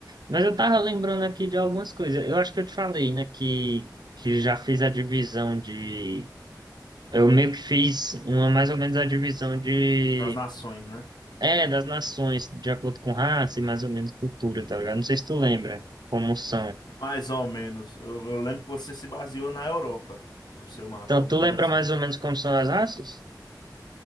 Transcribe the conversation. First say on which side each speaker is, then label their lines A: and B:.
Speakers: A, on the right (about 70°); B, on the left (about 75°).
A: Mas eu tava lembrando aqui de algumas coisas. Eu acho que eu te falei, né, que, que já fiz a divisão de. Eu meio que fiz uma mais ou menos a divisão de.
B: Das nações, né?
A: É, das nações, de acordo com raça e mais ou menos cultura, tá ligado? Não sei se tu lembra como são.
B: Mais ou menos. Eu, eu lembro que você se baseou na Europa pro seu mapa,
A: Então,
B: alguma
A: tu
B: coisa
A: lembra
B: assim.
A: mais ou menos como são as raças?